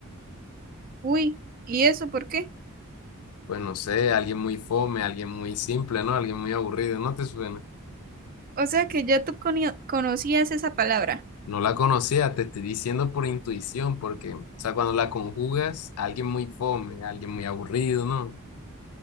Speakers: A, on the right (about 40°); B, on the left (about 75°).
A: Uy, ¿y eso por qué?
B: Pues no sé, alguien muy fome, alguien muy simple, ¿no? Alguien muy aburrido, ¿no te suena?
A: O sea que ya tú cono- conocías esa palabra.
B: No la conocía, te estoy diciendo por intuición, porque, o sea, cuando la conjugas, alguien muy fome, alguien muy aburrido, ¿no?